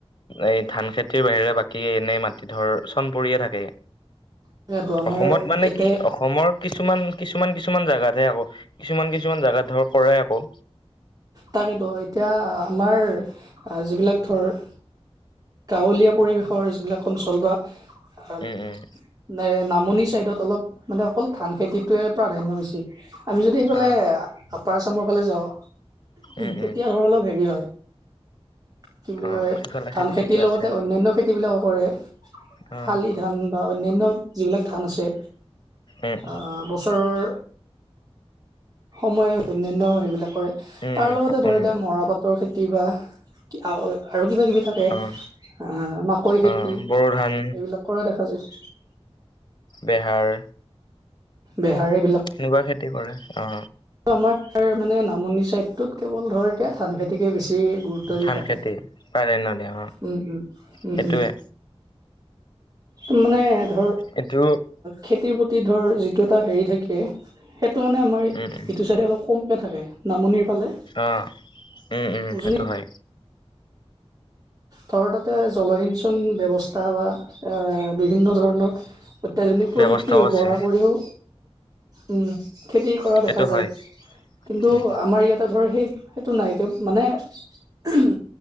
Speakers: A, on the left; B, on the right.
A: এই ধান খেতিৰ বাহিৰে বাকী এনেই মাটি ধৰ চন পৰিয়ে থাকে।
B: তাকেতো আমাৰ
A: অসমত মানে
B: ইয়াতে
A: কি অস- অসমৰ কিছুমান কিছুমান কিছুমান জাগাতহে আকৌ কিছুমান কিছুমান জাগাত ধৰ কৰে আকৌ।
B: তাকেত এতিয়া আমাৰ যিবিলাক ধৰ গাঁৱলীয়া পৰিৱেশৰ যিবিলাক অঞ্চল বা আম
A: উম উম
B: নে নামনি চাইদত অলপ মানে অকল ধান খেতিটোৱে প্ৰাধান্য বেছি। আমি যদি সেইফালে
A: অ
B: আপাৰ আচামৰ ফালে যাওঁ।
A: উম
B: তেতিয়া
A: উম
B: ধৰ অলপ হেৰি হয়, কি বুলি
A: অ
B: কয়
A: সিফালে
B: ধান
A: খেতি
B: খেতিৰ
A: চেতি
B: লগতে
A: আছে
B: অন্যান্য খেতিবিলাকো কৰে
A: অ
B: শালি ধান বা অন্যান্য যিবিলাক ধান আছে।
A: উম
B: আ বছৰৰ সময় অন্যান্য সেইবিলাকৰে
A: উম
B: তাৰ লগতে ধৰ
A: উম
B: এতিয়া মৰা পাত ত খেতি বা আৰু কিবা কিবি থাকে।
A: অ
B: আহ মাকৈ খেতি,
A: অ বড়ো ধান
B: এইবিলাক কৰা দেখা যায়।
A: বিহাৰ
B: বেহাৰ এইবিলাক
A: এনেকুৱা খেতি কৰে অ
B: ত আমাৰ মানে নামনি চাইডতত কেৱল ধৰ এতিয়া ধান খেতিকে বেছি গুৰুত্ব তৰি
A: ধান
B: থাকে
A: খেতি পাৰে ন দে অ
B: উম উম উম
A: সেইটোৱে
B: উম মানে ধৰ
A: এইটো
B: খেতিৰ প্ৰতি ধৰ যিটো এটা হেৰি থাকে সেইটো মানে আমাৰ
A: উম উম
B: ইটো চাইডে অলপ কমকৈ থাকে নামনিৰ ফালে
A: অ উম উম
B: উজনিত
A: সেইটো হয়
B: ধৰ তাতে জলসিঞ্চন ব্যৱস্থা বা এ বিভিন্ন ধৰণৰ অত্যাধুনিক প্ৰযুক্তি
A: ব্যৱস্থাও
B: ব্যৱহাৰ
A: আছে
B: কৰিও উম খেতি কৰা
A: সেইটো
B: দেখা যায়
A: হয়
B: কিন্তু
A: উম উম
B: আমাৰ ইয়াতে ধৰ সেই সেইটো নাই একে মানে উ